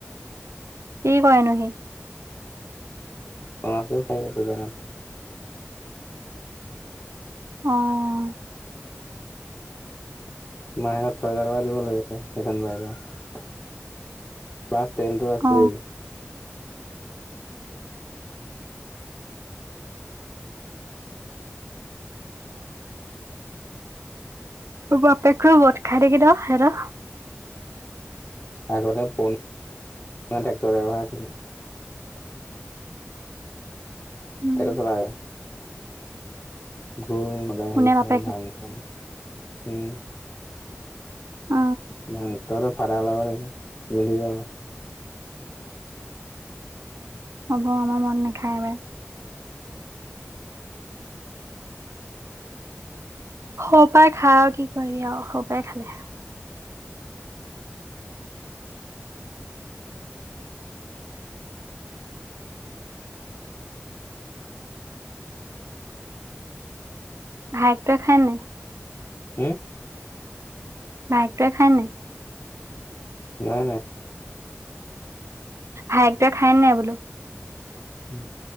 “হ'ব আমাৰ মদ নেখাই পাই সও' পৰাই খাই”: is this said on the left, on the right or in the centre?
Right